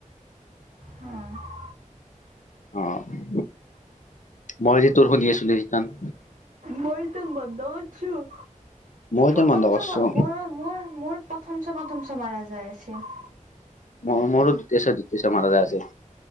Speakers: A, on the right; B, on the left.
A: অঁ।
B: অঁহ মই যে তোৰ শুনি আছিলো সিতান।
A: মই তো বন্ধ কৰছো।
B: মই
A: প্ৰথম
B: তোৰ বন্ধ কৰছো
A: চ মোৰ মোৰ মোৰ প্ৰথম চ প্ৰথম চ মাৰা যায় আছে।
B: মো-মোৰো দ্বিতীয় ছ দ্বিতীয় ছ মাৰা যায় আছে।